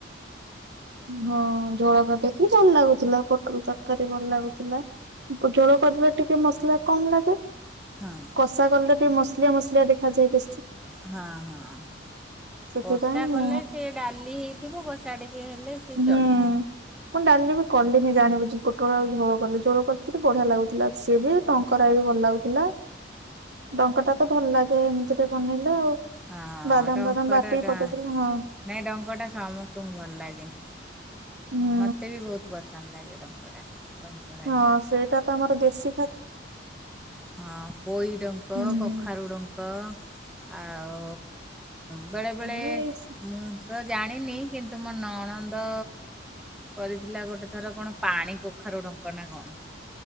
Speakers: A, on the right; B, in the centre.
A: ହଁ ଝୋଳ କରିଦେଇଥିଲି ଭଲ ଲାଗୁଥିଲା ପୋଟଳ ତରକାରୀ ଭଲ ଲାଗୁଥିଲା ଝୋଳ କରି ଟିକେ ମସଲା କମ୍ ଲାଗେ
B: ହଁ
A: କଷା କଲେ ଟିକେ ମସଲିଆ ମସଲିଆ ଦେଖାଯାଏ ବେଶୀ।
B: ହଁ ହଁ
A: ସେଥିପାଇଁ
B: କଷା
A: ମୁଁ
B: କଲେ ସିଏ ଡାଲି ହେଇଥିବ କଷା ଟିକେ ହେଲେ ସେ
A: ହୁଁ
B: ଚଳିବ।
A: ମୁଁ ଡାଲି ବି କଲିନି ଜାଣି ପୋଟଳ ଆଉ ଝୋ କଲି ଝୋଳ କରିଥିଲି ବଢିଆ ଲାଗୁଥିଲା ସିଏ ବି ଟଙ୍କା ଭଲଲାଗୁଥିଲା ଡଙ୍କା ଟା ତ ଭଲ ଲାଗେ ଏମିତି ଟେ ବନେଇଲେ ଆଉ
B: ହଁ
A: ବାଦାମ
B: ଡଙ୍କ
A: ଫାଦାମ ବାଟିକି
B: ଟା
A: ପକେଇଦେଲେ ହଁ।
B: ନାଇଁ ଡଙ୍କ ଟା ସମସ୍ତଙ୍କୁ ଭଲ ଲାଗେ।
A: ହୁଁ
B: ମତେ ବି ବହୁତ ପସନ୍ଦ ଲାଗେ। ଡଙ୍କ ଟା। ଡଙ୍କ ରାହି
A: ହଁ ସେଇଟା ତ ଆମର ଦେଶୀ ଖାଦ୍ୟ।
B: ହଁ ପୋଇ ଡଙ୍କ
A: ହୁଁ
B: କଖାରୁ ଡଙ୍କ। ଆଉ ବେଳେ ବେଳେ
A: ହଁ ଏଇ
B: ମୁଁ ତ ଜାଣିନି କିନ୍ତୁ ମୋ ନଣନ୍ଦ କରିଥିଲା ଗୋଟେ ଥର କଣ ପାଣି କଖା କଖାରୁ ଡଙ୍କ ନା କଣ?